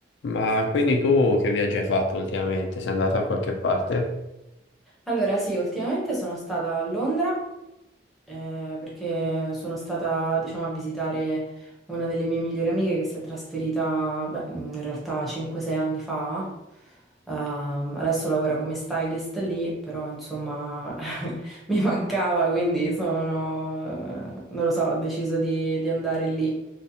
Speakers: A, on the left (about 85°); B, in the centre.
A: Ma quindi tu che viaggi hai fatto ultimamente? Sei andato a qualche parte?
B: Allora, sì, ultimamente sono stata a Londra, eh, perché sono stata, diciamo, a visitare una delle mie migliori amiche che si è trasferita, beh, mm, in realtà 5-6 anni fa. Ehm, adesso lavora come stylist lì, però insomma <laughs> mi mancava, quindi sono, non lo so, ho deciso di, di andare lì